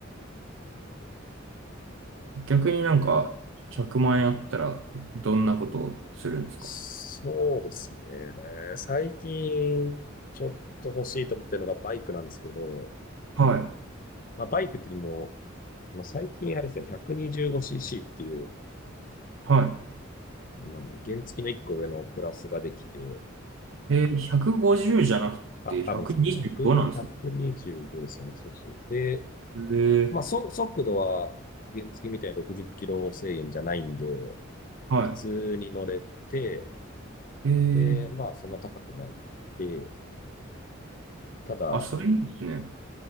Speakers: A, on the left; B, on the right.
A: なるほど。
B: 逆になんか100万円あったらどんなことをするんですか
A: そうですね。最近、ちょっと欲しいと思ってるのがバイクなんですけど、
B: はい、
A: まあ、バイクっていうのも、まあ、最近あれですね、125cc っていう、
B: は
A: なんだ原付の1個上のクラスができて、
B: い。えー、150じゅうじゃなくて125なんですね。
A: あ、あ、ごめんなさい。100、125ですよね。そうそう。で、
B: えー、
A: まあ、そ、速度は原付みたいに60キロ制限じゃないんで、普
B: は
A: 通に乗れて、
B: い。え
A: で、
B: ー、
A: まあ、そんな高くないで、ただ、
B: あ、それいいですね。